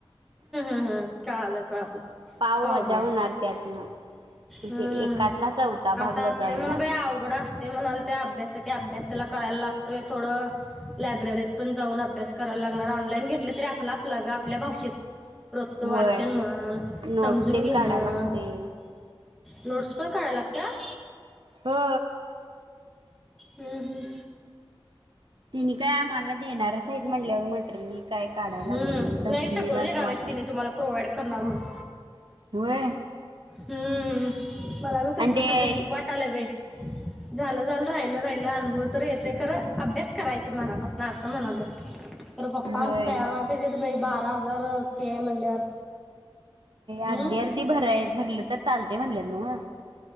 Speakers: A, in the centre; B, on the right.
A: हम ह कळालं कळालं
B: पाव
A: पावभाग
B: व जा होणार त्यातन म्हणजे
A: हम्म.
B: एका तला चौथा
A: असं
B: भाग
A: असते
B: वजवणार
A: म्हण बाई अवघड असते म्हणाल ते अभ्यास की अभ्यास त्याला करायला लागतोय थोडं लायब्ररीत पण जाऊन अभ्यास करायला लागणार ऑनलाईन घेतलं तरी आपला आप आपल्या भाषेत रोजचं वाचन
B: होय
A: म्हण
B: नोट्स
A: समजून
B: तेन
A: घेणं
B: काढायला लागते
A: नोट्स पण काढायला लागतात
B: हा
A: हम्म हम्म
B: तिने काय आम्हाला देणारच आहेत म्हणल्यावर म्हट मी काय काढायला
A: हम्
B: लागत तसनीला
A: नाही सगळं देनार
B: असं वाटाय
A: आहेत घर आहे तिने तुम्हाला प्रोवइड कणार मस
B: होय
A: हम्म मला मी तुमच्या
B: आणि ते
A: सांग घेऊ वाटालय बाई झालं झालं राहिलं राहिलं अनुभव तर येते खरं अभ्यास करायचं मनापासून असं म्हणाले. तर पप्पा
B: होय
A: आमच तयार व्हाय पाहिजे तर बा बारा हजार फी आहे म्हणल्यावर.
B: अर्धी
A: हम्म
B: अर्धी भराय भरले तर चालते म्हणलेत नव्ह